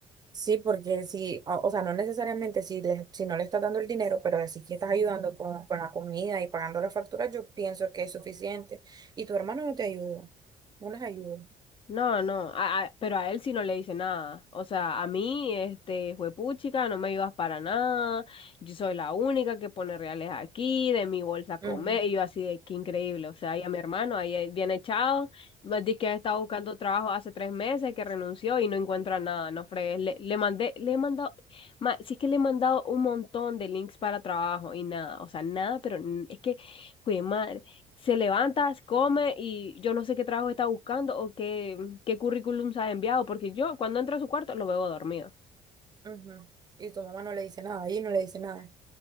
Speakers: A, on the right; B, on the left.
A: Sí, porque si, o o sea, no necesariamente si, le- si no le estás dando el dinero, pero si que estás ayudando con, con la comida y pagando las facturas, yo pienso que es suficiente. Y tu hermano no te ayuda, no les ayuda.
B: No, no, a- a- pero a él sí no le dice nada. O sea, a mí, este, juepuchica, no me ayudas para nada. Yo soy la única que pone reales aquí, de mi bolsa a comer.
A: Ujú,
B: Y yo así de que increíble. O sea, y a mi hermano, ahí eh, bien echado. Me dice que ha estado buscando trabajo hace tres meses, que renunció y no encuentra nada. No fregues. Le, le mandé, le he mandado, ma, sí es que le he mandado un montón de links para trabajo y nada. O sea, nada, pero n- es que, fue se levanta, come y yo no sé qué trabajo está buscando o qué, qué currículum se ha enviado, porque yo cuando entro a su cuarto lo veo dormido.
A: ujú. Y tu mamá no le dice nada, y no le dice nada.